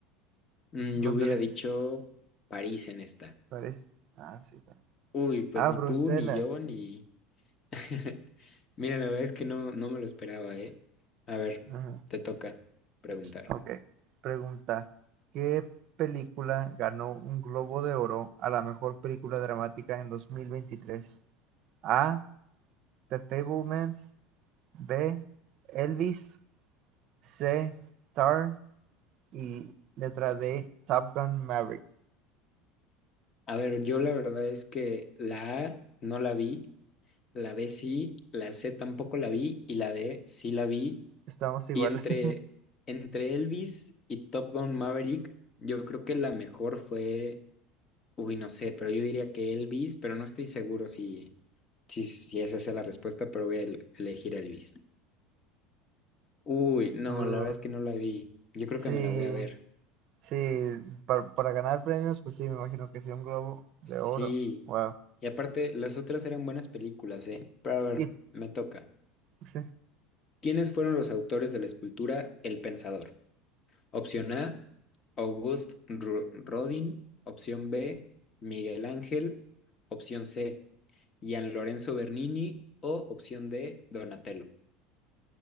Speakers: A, on the left; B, on the right.
A: Mm,
B: Londres
A: yo hubiera dicho París en esta.
B: parece. Ah, sí.
A: Uy, pues
B: Ah,
A: ni
B: Bruselas.
A: tú, ni yo, ni... <laughs> Mira, la verdad es que no, no me lo esperaba, ¿eh? A ver,
B: Ajá.
A: te toca preguntar.
B: Ok. Pregunta. ¿Qué película ganó un Globo de Oro a la mejor película dramática en 2023? A. The Fablemans. B. Elvis. C. Tar. Y letra D. Top Gun Maverick.
A: A ver, yo la verdad es que la A no la vi. La B sí, la C tampoco la vi y la D sí la vi.
B: Estamos igual.
A: Y entre,
B: <laughs>
A: entre Elvis y Top Gun Maverick, yo creo que la mejor fue, uy, no sé, pero yo diría que Elvis, pero no estoy seguro si, si, si esa es la respuesta, pero voy a el- elegir Elvis. Uy, no,
B: Uh,
A: la verdad es que no la vi. Yo creo
B: sí.
A: que me la voy a ver.
B: Sí, para, para ganar premios, pues sí, me imagino que sí, un globo de
A: Sí.
B: oro. Wow.
A: Y aparte, las otras eran buenas películas, ¿eh? Pero a ver,
B: Sí,
A: me toca.
B: sí.
A: ¿Quiénes fueron los autores de la escultura El Pensador? Opción A, August Ru- Rodin. Opción B, Miguel Ángel. Opción C, Gian Lorenzo Bernini. O opción D, Donatello.